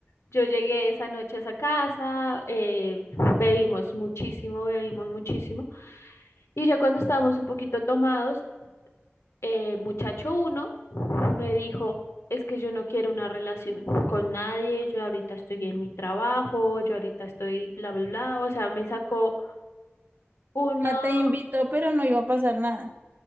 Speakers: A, on the left; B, on the right.
A: yo llegué esa noche a esa casa, eh, bebimos muchísimo, bebimos muchísimo. Y ya cuando estábamos un poquito tomados, eh, muchacho uno me dijo, es que yo no quiero una relación con nadie, yo ahorita estoy en mi trabajo, yo ahorita estoy bla, bla, bla. O sea, me sacó una,
B: Ah, te invitó, pero no iba a pasar nada.